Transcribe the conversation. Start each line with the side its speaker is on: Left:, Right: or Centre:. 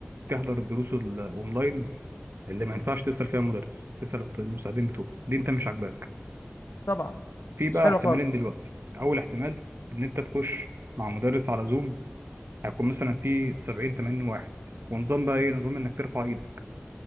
Right: تحضر الدروس الاونلاين اللي ما ينفعش تسال فيها مدرس تسال الط- المساعدين بتوعه دي انت مش عاجباك
Left: طبعا
Right: في بقى
Left: مش حلو
Right: احتمالين
Left: خالص
Right: دلوقتي اول احتمال ان انت تخش مع مدرس على زوم هيكون مثلا في 70 80 واحد ونظام بقى ايه نظام انك ترفع ايدك